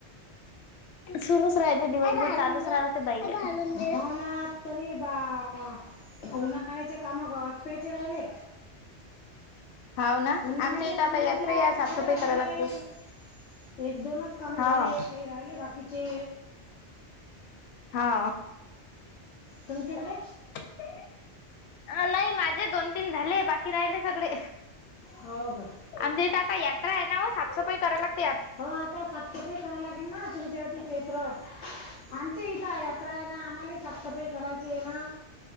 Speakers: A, on the left; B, on the left.
A: सुरूच राहायचे दिवसभर चालूच राहिल ते पाहीजे.
B: हो ना तरी बा आ उन्हाळ्याच्या काम ग आटपायचे राहिले.
A: हाव ना
B: उन्हाळ्याचे
A: आमच्या इथं
B: काम
A: आता यात्रा
B: म्हटलं
A: आहे साफसफाई
B: करायला राहिले.
A: करावी लागते
B: एक दोनच काम
A: हाव.
B: झाले काही राहिले बाकीचे
A: हा.
B: तुमच्याकडे?
A: अ नाही माझे दोन, तीन झाले बाकी राहिले सगळे
B: हो काय.
A: आमच्या इथे आता यात्रा आहे नाव्ह साफसफाई करायला लागत
B: हो आता साफसफाई कराला लागेना तुमच्यावरती चैत्र आमच्या इथं यात्रा आहे ना आम्हाला साफसफाई करायची आहे ना.